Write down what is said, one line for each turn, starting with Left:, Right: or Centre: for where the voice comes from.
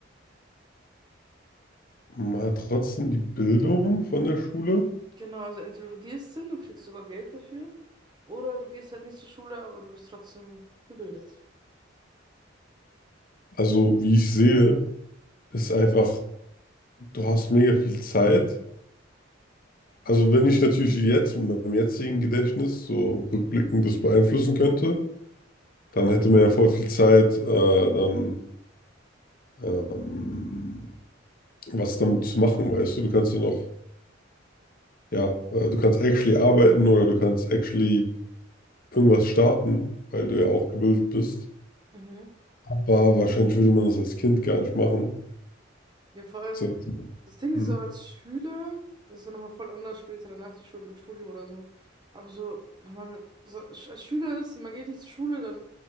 Left: Man hat trotzdem die Bildung von der Schule.
Right: Genau, also entweder du gehst hin und kriegst sogar Geld dafür, oder du gehst halt nicht zur Schule, aber du bist trotzdem gebildet.
Left: Also, wie ich sehe, ist einfach, du hast mega viel Zeit. Also wenn ich natürlich jetzt mit meinem jetzigen Gedächtnis so rückblickend das beeinflussen könnte, dann hätte man ja voll viel Zeit, äh, dann ähm, was damit zu machen, weißt du? Du kannst ja noch, ja, äh, du kannst actually arbeiten oder du kannst actually irgendwas starten, weil du ja auch gebildet bist.
Right: Mhm.
Left: Aber wahrscheinlich würde man das als Kind gar nicht machen.
Right: Ja, vor allem,
Left: So,
Right: das Ding
Left: hm.
Right: ist auch als Schüler, das ist ja nochmal voll anders später, danach der Schule, im Studium oder so. Aber so, wenn man so als Schüler ist und man geht nicht zur Schule, dann